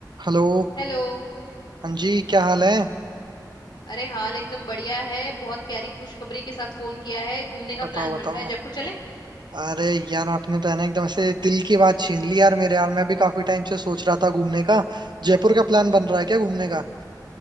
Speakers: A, on the right (about 75°); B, on the left (about 90°).
A: Hello
B: Hello
A: हाँ जी क्या हाल है
B: अरे हाल एकदम बढ़िया है बहुत प्यारी खुशखबरी के साथ फोन किया है घूमने का
A: बताओ
B: प्लान
A: बताओ
B: बन रहा है जयपुर चले
A: अरे यार आपने तो है ना एकदम से दिल की बात छीन ली यार मेरे यार मैं भी काफी टाइम से सोच रहा था घूमने का जयपुर का प्लान बन रहा है क्या घूमने का